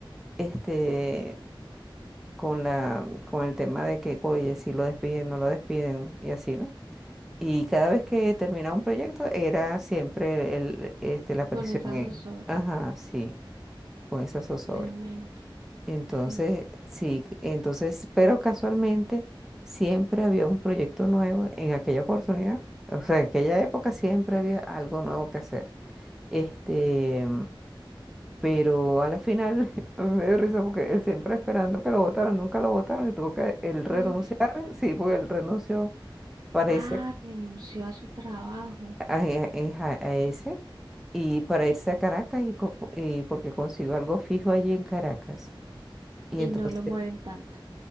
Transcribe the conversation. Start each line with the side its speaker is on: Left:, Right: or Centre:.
Centre: este, con la, con el tema de que, oye, si lo despiden, no lo despiden y así, ¿no? Y cada vez que terminaba un proyecto era siempre el, este, la presión
Right: con esa
Centre: en,
Right: zozobra.
Centre: ajá, sí, con esa zozobra.
Right: Tremendo,
Centre: Entonces,
Right: sí.
Centre: sí, entonces, pero casualmente siempre había un proyecto nuevo en aquella oportunidad. O sea, en aquella época siempre había algo nuevo que hacer. Este, pero a la final, <laughs> a mí me dio risa porque él siempre esperando que lo votaran, nunca lo votaron y tuvo que él renunciar,
Right: Mm,
Centre: sí, porque él renunció, parece
Right: Ah, renunció a su trabajo
Centre: a, a- a ese y para irse a Caracas y, co- y porque consiguió algo fijo allí en Caracas. Y
Right: y
Centre: entonces,
Right: no lo mueven tanto.